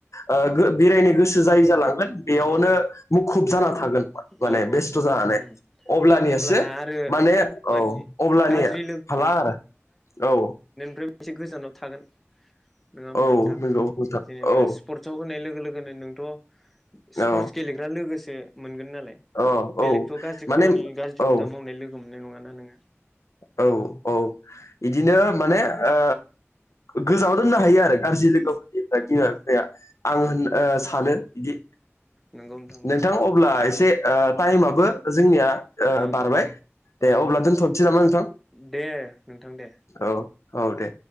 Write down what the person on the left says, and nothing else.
ओ बेरायनो गोसो जायै जालाङो। बेयावनो
मुखुब जाना थागोन माने
बेस्थ'
जानानै अब्लानियासो
माने औ
अब्लानिया
हाला आरो औ
औ
नंगौ नोंथां
औ
औ
औ
औ
माने
औ
औ औ बिदिनो माने ओ गोजाव दोननो हायो आरो गाज्रि लोगोफोरनि बिमा बिफाया आं
होन सानो
बिदि
नोंथां अब्ला एसे ओ टाइमाबबो जोंनिया ओ
बारबाय दे
अब्ला
दोनथ' नोसै नामा नोंथां
औ औ दे